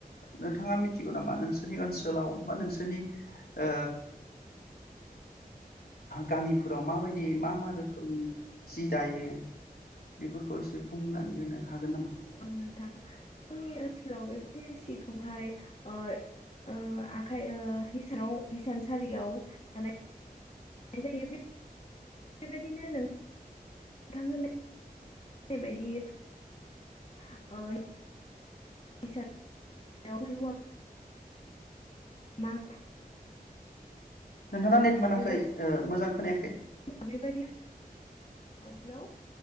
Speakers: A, on the left; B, on the left.
A: नोंथाङा मिथिगौ नामा नों नोंसोरनि ओनसोलाव बा नोंसोरनि ओ गामिफोराव माबायदि मा मा रोखोमनि जि दायो बेफोरखौ एसे बुंनानै होनो हागोन नामा?
B: औ नोंथां जोंनि ओनसोलावबो ऐ सिखौहाय ओ ओ आखाइ ओ हिसानाव हिसानसालियाव थानाय दानाय जायो बेबायदिनो नोंथां होननाय बेबायदि <inaudible> हिसान <inaudible> माखु
A: नोंथांना नेट मोनाखै
B: बेबायदि
A: ओ मोजां खोनायाखै
B: <inaudible> औ हेलौ